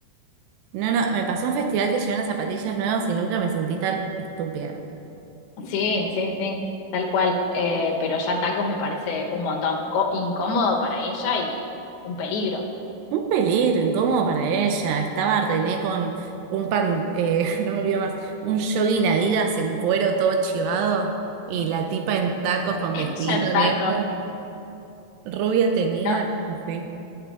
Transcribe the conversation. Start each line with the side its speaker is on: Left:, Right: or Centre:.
Right: No, no, me pasó un festival que llevaron zapatillas nuevas y nunca me sentí tan estúpida.
Left: Sí, sí, sí, tal cual. Eh, pero ya tacos me parece un montón. Co- incómodo para ella y un peligro.
Right: Un peligro, incómodo para ella. Estaba René con un pan, eh, <laughs> no me olvido más, un jogging Adidas en cuero todo chivado y la tipa en tacos con
Left: <laughs>
Right: vestidito
Left: Ya en tacos.
Right: negro. Rubia tenía.
Left: No,
Right: Así.